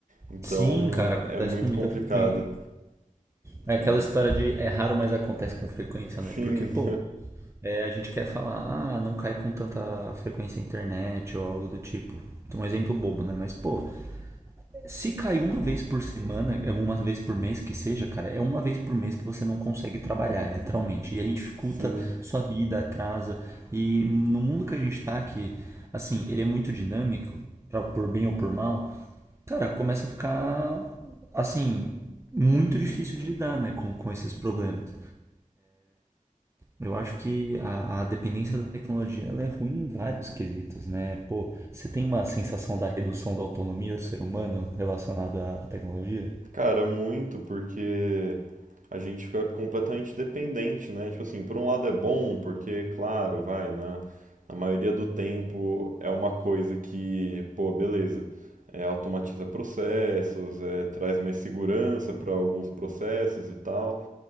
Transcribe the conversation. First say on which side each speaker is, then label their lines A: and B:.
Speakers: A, on the right; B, on the right.
A: Então
B: Sim, cara, acontece
A: é muito
B: com muita
A: complicado.
B: frequência. É aquela
A: E,
B: história de é raro, mas acontece com frequência,
A: sim,
B: né? Porque, pô, é, a gente quer falar, ah, não cai com tanta frequência a internet ou algo do tipo. Um exemplo bobo, né? Mas, pô, Se cai uma vez por semana, é uma vez por mês que seja, cara, é uma vez por mês que você não consegue trabalhar, literalmente. E aí dificulta
A: <laughs> sim.
B: sua vida, atrasa. E no mundo que a gente tá, que, assim, ele é muito dinâmico, pra, por bem ou por mal, cara, começa a ficar, assim, muito difícil de lidar, né, com, com esses problemas. Eu acho que a, a dependência da tecnologia ela é ruim em vários quesitos, né? Pô, você tem uma sensação da redução da autonomia do ser humano relacionada à tecnologia?
A: Cara, muito, porque a gente fica completamente dependente, né? Tipo assim, por um lado é bom, porque, claro, vai, na, na maioria do tempo é uma coisa que, pô, beleza, é, automatiza processos, é, traz mais segurança para alguns processos e tal.